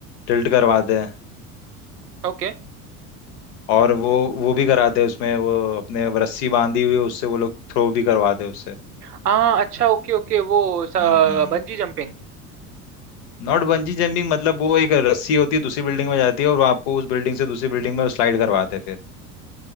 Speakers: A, on the left; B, on the right.
A: टिल्ट करवाते हैं
B: ओके
A: और वो वो भी कराते हैं उसमें वो अपने रस्सी बांधी हुई है, उससे वो लोग थ्रो भी करवाते हैं उससे
B: हाँ अच्छा ओके ओके वो
A: हम्म
B: बंजी जंपिंग
A: नॉट बंजी जंपिंग मतलब वो एक रस्सी होती है दूसरी बिल्डिंग में जाती है और वो आपको उस बिल्डिंग से दूसरी बिल्डिंग में स्लाइड करवाते हैं फिर